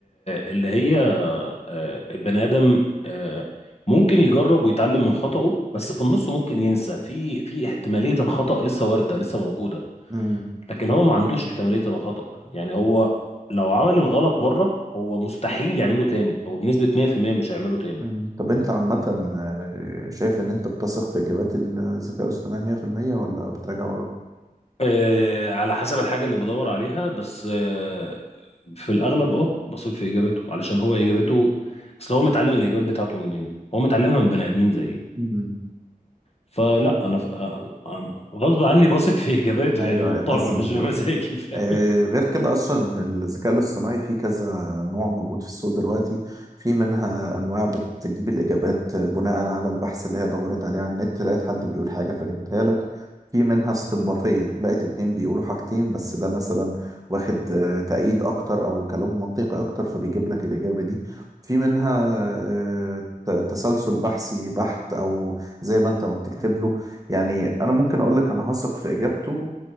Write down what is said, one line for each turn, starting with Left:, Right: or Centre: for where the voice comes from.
Left: اللي هي آه، البني ادم آه، ممكن يجرب ويتعلم من خطأه بس في النص ممكن ينسى في في احتمالية الخطأ لسه واردة لسه موجودة
Right: مم.
Left: لكن هو ما عندوش احتمالية الخطأ يعني هو لو عمل الغلط مرة هو مستحيل يعمله تاني هو بنسبة 100% مش هيعمله تاني
Right: مم. طب انت عامة آه، شايف ان انت بتثق في اجابات الذكاء الاصطناعي 100% ولا بتراجع وراه؟
Left: آه، على حسب الحاجة اللي بدور عليها بس آه، في الأغلب اه بثق في إجاباته علشان هو إجاباته أصل هو متعلم الإجابات بتاعته منين؟ هو متعلمها من بني آدمين زيي
Right: مم.
Left: فلا انا ف... انا غصب عني بثق في اجاباته
Right: ايوه
Left: يعني مضطر
Right: أيوة، حاسس ان
Left: مش
Right: هو كده
Left: بمزاجي <laughs> فاهم
Right: آه، غير كده اصلا الذكاء الاصطناعي فيه كذا نوع موجود في السوق دلوقتي في منها انواع بتجيب الاجابات بناء على البحث اللي هي دورت عليه على النت لقيت حد بيقول حاجه فجابتها لك في منها استنباطيه لقيت اتنين بيقولوا حاجتين بس ده مثلا واخد آه، تأييد اكتر او كلامه منطقي اكتر فبيجيب لك الاجابه دي في منها آه، ت- تسلسل بحثي بحت او زي ما انت ما بتكتب له يعني انا ممكن اقول لك انا هثق في اجابته